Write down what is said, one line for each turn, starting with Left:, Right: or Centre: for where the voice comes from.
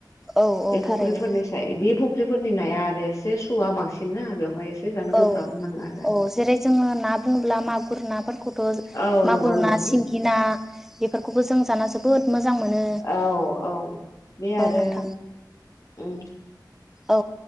Centre: औ औ
Left: बे
Centre: थारैनो
Left: फुख्रिफोरनिसाय बे फुख्रिफोरनि नाया आरो एसे सुवआ बांसिनना बेवहाय एसे जानो
Centre: औ
Left: गोब्राब नाङो आरो
Centre: औ जेरै जोङो ना बुङोब्ला मागुर नाफोरखौथ'
Left: औ
Centre: मागुर
Left: नंगौ नोंथां
Centre: ना सिंगि ना बेफोरखौबो जों दाना जोबोद मोजां मोनो
Left: औ औ बे आरो
Centre: औ नोंथां
Left: उम
Centre: औ